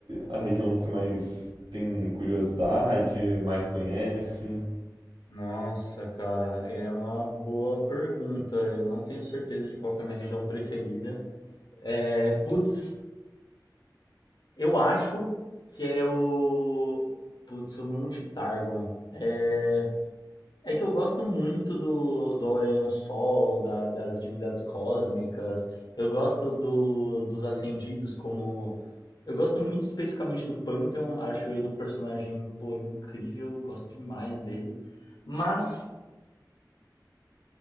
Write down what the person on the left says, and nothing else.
Nossa, cara, é uma boa pergunta. Eu não tenho certeza de qual que é a minha região preferida. É, putz, eu acho que é o. Putz, o Monte Targon. É, é que eu gosto muito do, do Aurelion Sol, da- das divindades cósmicas. Eu gosto do, dos Ascendidos como. Eu gosto muito especificamente do Pantheon. Acho ele um personagem, pô, incrível. Gosto demais dele. Mas.